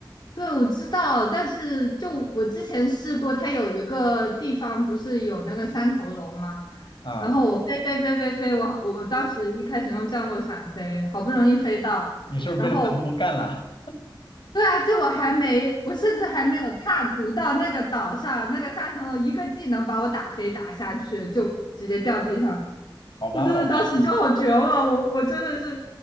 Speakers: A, on the left; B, on the left.
A: 对，我知道，但是就我之前试过，它有一个地方不是有那个三头龙吗？
B: 啊，
A: 然后我飞飞飞飞飞，我我当时一开始用降落伞飞，好不容易飞到，
B: 你是不是被那三头龙干了？
A: 然后对啊，就我还没，我甚至还没有踏足到那个岛上，那个三层楼一个技能把我打飞打下去，就直接掉地上。
B: <laughs> 好吧，
A: 我真的当时就好绝望，
B: 好吧，
A: 我我真的是，